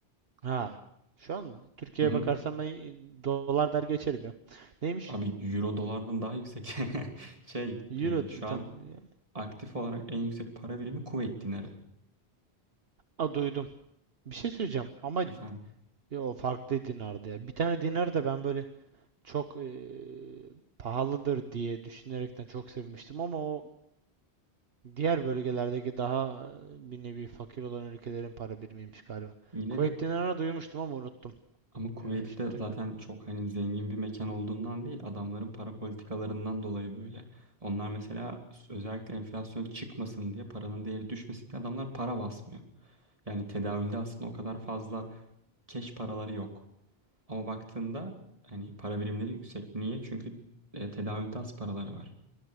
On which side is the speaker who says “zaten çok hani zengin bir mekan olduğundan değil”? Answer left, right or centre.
Right